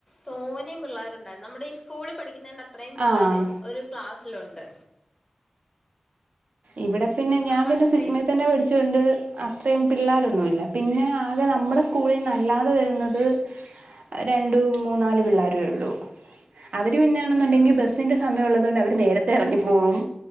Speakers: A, on the left; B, on the right.
A: തോന്നേയും പിള്ളേരുണ്ടായിരുന്നു നമ്മുടെ ഈ സ്കൂളിൽ പഠിക്കുന്നതിന്റെ അത്രയും പിള്ളേർ
B: ആഹ്
A: ഒരു ക്ലാസ്സിലുണ്ട്
B: ഇവിടെ പിന്നെ ഞാൻ
A: അപ്പൊ
B: പിന്നെ
A: അത്രയും
B: സിഗ്മ തന്നെ പഠിചോണ്ട്. അത്രയും പിള്ളോരൊന്നുല്ല പിന്നെ ആകെ നമ്മുടെ സ്കൂളിൽന്നല്ലാതെ വരുന്നത്. രണ്ടും മൂന്നാല് പിള്ളേരു ഉള്ളൂ. അവര് പിന്നെയാണെന്നുണ്ടെങ്കി
A: ആഹ്
B: ബസ്സിന്റെ സമയം ഉള്ളത കൊണ്ട് അവര് നേരത്തെ എറങ്ങി പോകും